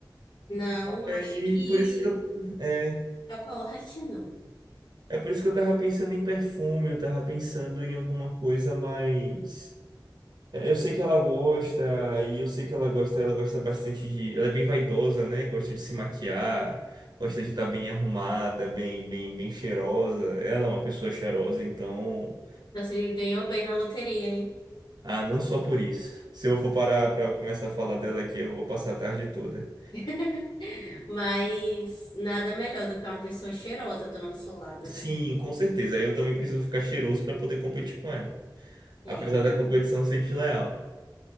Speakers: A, on the left; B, on the right.
A: Não,
B: Aí,
A: acho que
B: por isso que eu, é,
A: chocolate não.
B: é por isso que eu tava pensando em perfume, eu tava pensando em alguma coisa mais. É, Eu sei que ela gosta, e eu sei que ela gosta, ela gosta bastante de. Ela é bem vaidosa, né? Gosta de se maquiar, gosta de estar bem arrumada, bem, bem, bem cheirosa. Ela é uma pessoa cheirosa, então.
A: Você ganhou bem na loteria, hein?
B: Ah, não só por isso. Se eu for parar pra começar a falar dela aqui, eu vou passar a tarde toda.
A: <laughs> Mas nada melhor do que uma pessoa cheirosa do nosso lado,
B: Sim,
A: né?
B: com certeza. Eu também preciso ficar cheiroso para poder competir com ela,
A: É,
B: apesar
A: então.
B: da competição ser desleal.